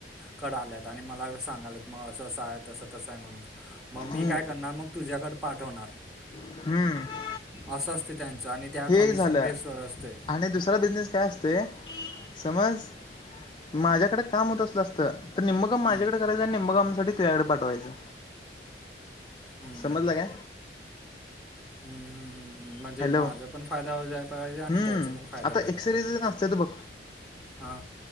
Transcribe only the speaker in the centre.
कड आल्यात आणि मला सांगालात मग असं असं आहे तसं तसं आहे म्हणून मग मी
काय करणार मग तुझ्याकडे पाठवणार
असं असते त्यांचं आणि त्या
कमिशन
बेसवर असते
हम्म,
हम्म.
हम्म हम हम् ह म्हणजे
माझा पण फायदा होला पाहिजे
आणि त्याचा पण फायदा
व्हायला
पाहिजे
हा